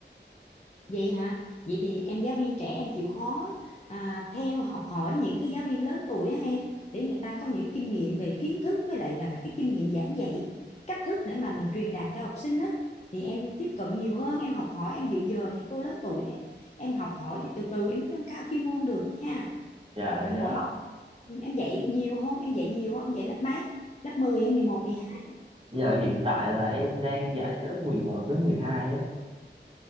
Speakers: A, on the left; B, on the right.
A: vậy hả vậy thì em giáo viên trẻ em chịu khó à, theo học hỏi những cái giáo viên lớn tuổi á em để người ta có những kinh nghiệm về kiến thức với lại và là cái kinh nghiệm giảng dạy cái cách thức để mà mình truyền đạt cho học sinh á thì em tiếp cận nhiều hơn em học hỏi em dự giờ thầy cô lớn tuổi để em em học hỏi thì từ từ em mới nâng cao chuyên môn được đó nha
B: Dạ
A: À, mỗi
B: dạ.
A: Ừ, Em dạy nhiều không? Em dạy nhiều không? Em dạy lớp mấy? Lớp 10 hay mười một mười hai
B: Giờ hiện tại là em đang dạy lớp 11 với 12 á.